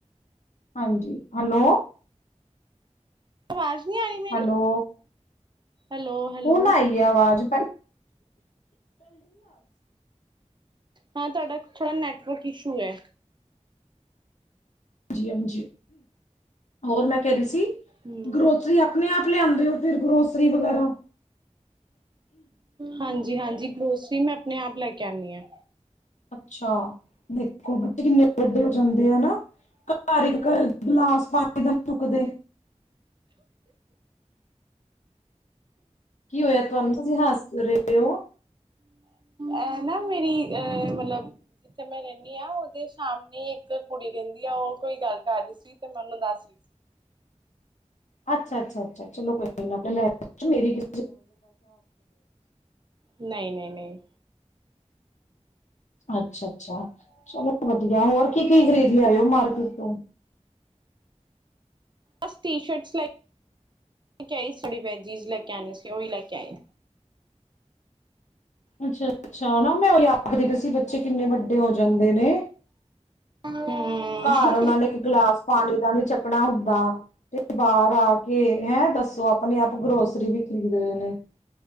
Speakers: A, on the left; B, on the right.
A: ਹਾਂਜੀ ਹੈਲੋ
B: ਆਵਾਜ਼ ਨਹੀਂ ਆ ਰਹੀ ਮੇਰੀ
A: ਹੈਲੋ
B: ਹੈਲੋ ਹੈਲੋ
A: ਹੁਣ ਆਈ ਆ ਆਵਾਜ਼ ਹੈਲੋ
B: ਹਾਂ ਤੁਹਾਡਾ ਥੋੜਾ ਨੈਟਵਰਕ ਇਸ਼ੂ ਹੈ
A: ਜੀ ਹਾਂਜੀ ਹੋਰ ਮੈਂ ਕਹਿ ਰਹੀ ਸੀ
B: ਹਮ
A: ਗਰੋਸਰੀ ਆਪਣੇ ਆਪ ਲਿਆਂਦੇ ਹੋ ਫਿਰ ਗਰੋਸਰੀ ਵਗੈਰਾ
B: ਹਾਂਜੀ ਹਾਂਜੀ ਗਰੋਸਰੀ ਮੈਂ ਆਪਣੇ ਆਪ ਲੈ ਕੇ ਆਉਂਦੀ ਹਾਂ।
A: ਅੱਛਾ ਦੇਖੋ। ਵੱਡੇ ਹੋ ਜਾਂਦੇ ਆ ਨਾ ਘਰ ਇੱਕ ਗਿਲਾਸ ਪਾਣੀ ਦਾ ਨੀ ਚੁੱਕਦੇ। ਕੀ ਹੋਇਆ ਤੁਹਾਨੂੰ ਤੁਸੀਂ ਹੱਸ ਰਹੇ। ਦਿਓ।
B: ਇਹ ਨਾ ਮੇਰੀ ਅ ਮਤਲਬ ਜਿੱਥੇ ਮੈਂ ਰਹਿੰਦੀ ਹਾਂ ਉਹਦੇ ਸਾਹਮਣੇ ਇੱਕ ਕੁੜੀ ਰਹਿੰਦੀ ਆ ਉਹ ਕੋਈ ਗੱਲ ਕਰ ਰਹੀ ਸੀ ਤੇ ਮੈਂ ਉਹਨੂੰ ਦੱਸ ਰਹੀ ਸੀ।
A: ਅੱਛਾ ਅੱਛਾ ਅੱਛ ਚਲੋ ਕੋਈ ਮੇਰੀ ਗ
B: ਨਹੀਂ, ਨਹੀਂ, ਨਹੀਂ।
A: ਅੱਛਾ। ਅੱਛਾ ਚਲੋ ਵਧੀਆ ਹੋਰ ਕੀ ਕੀ ਖਰੀਦ ਲਿਆਇਓ। ਮਾਰਕਿਟ ਤੋਂ।
B: ਬਸ ਟੀ ਸ਼ਰਟ ਲੈ ਲੈ ਕੇ ਆਈ ਜੀਜ਼ ਲੈ ਕੇ ਆਉਣੀ ਸੀ ਉਹੀ ਲੈ ਕੇ ਆਏ ਆ।
A: ਅੱਛਾ। ਅੱਛਾ ਨਾ ਮੈਂ ਉਹੀ ਆਖਦੀ ਸੀ ਬੱਚੇ ਕਿੰਨੇ ਵੱਡੇ ਹੋ ਜਾਂਦੇ ਨੇ
B: ਹਮ
A: ਘਰ ਉਹਨਾ ਨੇ ਇੱਕ ਗਲਾਸ ਪਾਣੀ ਦਾ ਨੀ ਚੱਕ ਆਪਣਾ ਹੁੰਦਾ ਤੇ ਬਾਹਰ ਆ ਕੇ ਹੈਂ ਦੱਸੋ ਆਪਣੇ ਆਪ ਗਰੋਸਰੀ ਵੀ ਖਰੀਦ ਰਹੇ ਨੇ।